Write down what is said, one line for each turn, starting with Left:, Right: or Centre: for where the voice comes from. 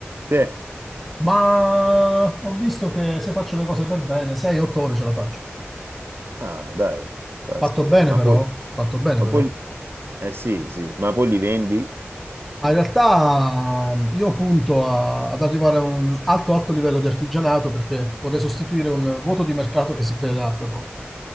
Right: Sì.
Centre: Ma ho visto che se faccio le cose per bene, 6-8 ore ce la faccio.
Right: Ah, dai, caspita.
Centre: Fatto bene,
Right: Ma
Centre: però.
Right: poi,
Centre: Fatto bene,
Right: ma
Centre: però.
Right: poi, eh sì, sì, ma poi li vendi?
Centre: Ma in realtà mh, io punto a- ad arrivare a un alto, alto livello di artigianato perché vorrei sostituire un vuoto di mercato che si creerà fra poco.